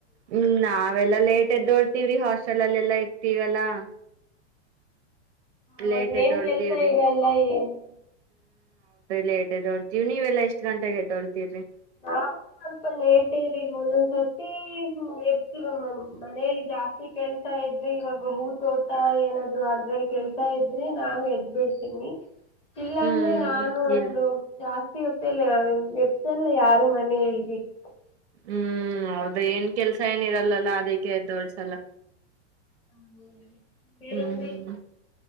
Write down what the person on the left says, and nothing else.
ಅವಾಗ
ಏನ್ ಕೆಲ್ಸ ಇರಲ್ಲ ಏನು
ನಾವು ಸ್ವಲ್ಪ ಲೇಟ್ ಇ್ರಿ ಒಂದೊಂದ್ಸರ್ತಿ ಎಪ್ಸಮ್ಮ್ ಮನೇಲಿ ಜಾಸ್ತಿ ಕೆಲ್ಸ ಇದ್ರೆ ಇವಾಗ ಹೂ ತೋಟ ಏನಾದ್ರು ಅದ್ರಲ್ಲಿ ಕೆಲ್ಸ ಇದ್ರ ಆದ್ರೆ ನಾನು ಎದ್ ಬಿಡ್ತೀನಿ ಇಲ್ಲಾ
ಅಂದ್ರೆ ನಾನು ಒಂದು
ಜಾಸ್ತಿ ತ್ತ ಎಸೆಲ್ ಯಾರು ಮನ್ನ ಹೇಳಳ್ಿ <unintelligible>
ಹ್ಮ ಬೇರೆಂದ
<unintelligible>